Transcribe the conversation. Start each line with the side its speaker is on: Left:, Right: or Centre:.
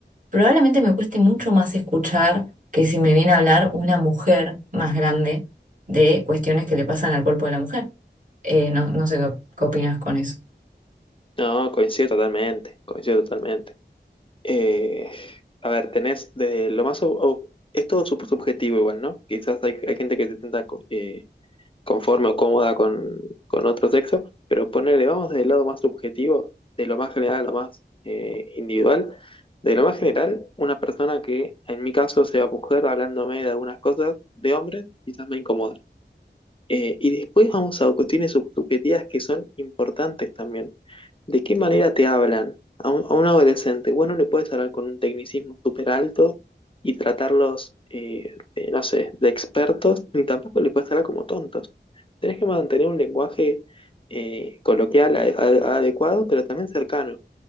Right: probablemente me cueste mucho más escuchar que si me viene a hablar una mujer más grande de cuestiones que le pasan al cuerpo de la mujer. Eh, no, no sé qué, qué opinas con eso.
Left: No, coincido totalmente, coincido totalmente. Eh, a ver, tenés de lo más... ob- ob- es todo sub- subjetivo igual, ¿no? Quizás hay, hay gente que se sienta co- eh, conforme o cómoda con, con otro sexo, pero ponele, vamos del lado más subjetivo, de lo más general a lo más eh, individual. De lo más general, una persona que en mi caso sea mujer hablándome de algunas cosas de hombres, quizás me incomoda. Eh, y después vamos a cuestiones sub- subjetivas que son importantes también. ¿De qué manera te hablan a un, a un adolescente? Vos no le puedes hablar con un tecnicismo súper alto y tratarlos, eh, eh, no sé, de expertos, ni tampoco le puedes hablar como tontos. Tenés que mantener un lenguaje eh, coloquial a- a- adecuado, pero también cercano.